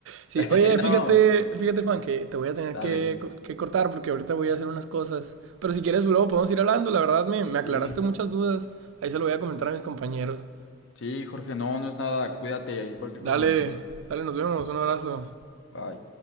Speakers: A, on the right; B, on the left.
A: Sí,
B: <laughs>
A: oye,
B: No,
A: fíjate, fíjate Juan, que te voy a tener
B: dale.
A: que, co- que cortar porque ahorita voy a hacer unas cosas. Pero si quieres, luego podemos ir hablando. La verdad, me, me aclaraste
B: Sí,
A: muchas dudas. Ahí se lo voy a comentar a mis compañeros.
B: sí, Jorge, no, no es nada, cuídate, ahí cualquier
A: Dale,
B: cosa me avisas.
A: dale, nos vemos. Un abrazo.
B: Bye.